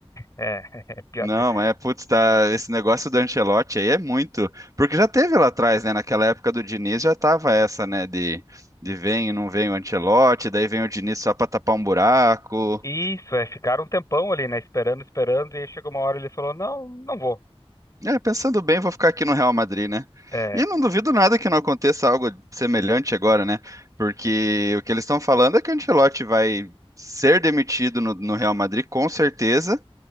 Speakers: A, on the left; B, on the right.
A: é, <laughs> é pior.
B: Não,
A: de-
B: mas é, putz, tá, esse negócio do Ancelotti aí é muito, porque já teve lá atrás, né, naquela época do Diniz já tava essa, né, de, de vem e não vem o Ancelotti, daí vem o Diniz só pra tapar um buraco.
A: Isso, é, ficaram um tempão ali, né? Esperando, esperando, e aí chegou uma hora e ele falou: Não, não vou.
B: É, pensando bem, vou ficar aqui no Real Madrid, né?
A: É,
B: E não duvido nada que não aconteça algo semelhante agora, né? Porque o que eles estão falando é que o Ancelotti vai ser demitido no, no Real Madrid com certeza